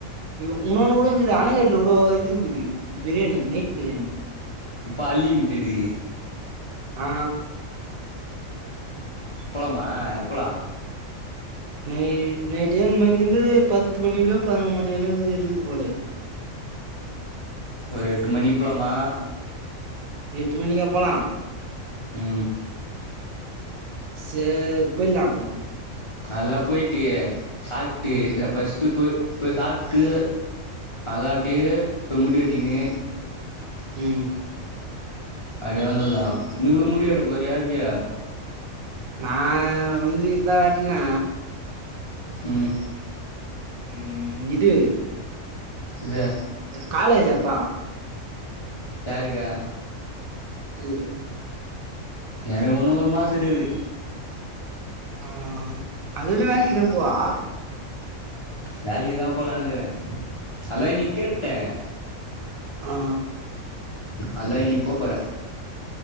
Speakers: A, on the right; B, on the left.
A: இங்க உன்னோனு கூட இக்குது அணகட்ல கூட இது இக்குது பிரியாணி நைட் பிரியாணி
B: பல்லி முட்ட டி
A: ஆ
B: போலமா எப்பலா
A: நை நைட்டு ஏழு மணி இருந்து பத்து மணிலியு பதினொணு மணிவரையு இருக்குது போல
B: ஒரு எட்டு மணிப்போலாமா
A: எட்டு மணிக்கா போலா
B: ம்
A: சேரி போய்ட்லா அப்போ
B: அதுலா போய்ட்டு சாப்ட்டு
A: ம்
B: எப் ஃபர்ஸ்ட்டு இப்ப இப்ப போயி சாப்டு அதா அப்டியே இப்ப முடி வெட்டினு
A: ம்
B: அப்டியே வந்துடலா நீ கூட முடி வெட்ட போறியா எப்டியா
A: நா வந்து இதா வாட்னே
B: ம்
A: ம் இது
B: இல்ல
A: காலேஜ் எப்பா
B: சாரிடா
A: உம்
B: அது ஒன்னு ஒரு மாசோ இருக்குது
A: ஆ அதுல வேலை என்ன போவா
B: வேலிகுதா போலனுக்கிறே அதா நீ கேட்டே
A: ஆ
B: அதான் இன்னைக்கு போ போறேன்